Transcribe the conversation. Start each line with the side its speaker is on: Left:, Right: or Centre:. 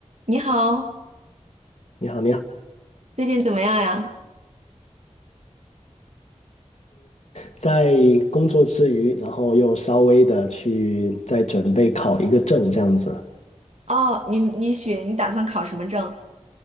Right: 你好，
Left: 你好，你好，
Right: 最近怎么样呀？
Left: 在工作之余，然后又稍微的去再准备考一个证，这样子。
Right: 哦，你你许你打算考什么证？